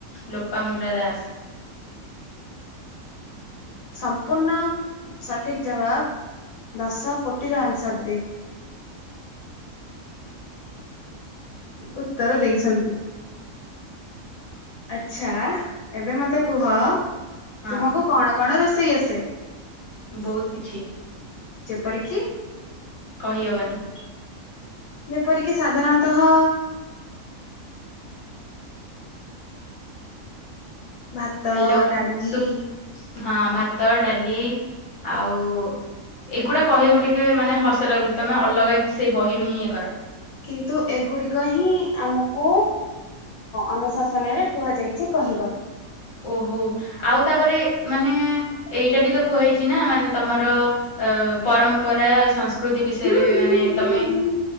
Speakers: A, on the left; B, on the left.
A: ଲୋପାମୁଦ୍ରା ଦାସ।
B: ସମ୍ପୂର୍ଣ୍ଣ ସଠିକ ଜବାବ ଦଶ କୋଟିର ଆନ୍ସର ଦେଇ ଉତ୍ତର ଦେଇଛନ୍ତି। ଆଛା ଏବେ ମତେ କୁହ
A: ହଁ
B: ତୁମକୁ କଣ କଣ ରୋଷେଇ ଆସେ?
A: ବହୁତ କିଛି।
B: ଯେପରିକି?
A: କହିହବନି
B: ଯେପରିକି ସାଧାରଣତଃ ଭାତ
A: ହ୍ୟାଲୋ
B: ଡାଲି
A: ସୁ ହଁ ଭାତ ଡାଲି ଆଉ ଏଗୁଡା କହିବାକୁ ଟିକେ ମାନେ ହସ ଲାଗୁଛି। ତମେ ଅଲଗା କିଛି ସେଇ ବହିରୁ ହିଁ ଇଏ କର
B: କିନ୍ତୁ ଏଗୁଡିକ ହିଁ ଆମକୁ ଅନୁଶାସନରେ କୁହାଯାଇଛି କହିବାକୁ। <inaudible>
A: ଓହୋ! ଆଉ ତାପରେ ମାନେ ଏଇଟା ବି ତ କୁହା ହେଇଛି ନା ମାନେ ତମର ପରମ୍ପରା ସଂସ୍କୃତି। ପ୍ରକୃତି ବିଷୟରେ
B: ହୁଁ
A: ବି
B: ହୁଁ
A: ମାନେ
B: ହୁଁ
A: ତମେ
B: ହୁଁ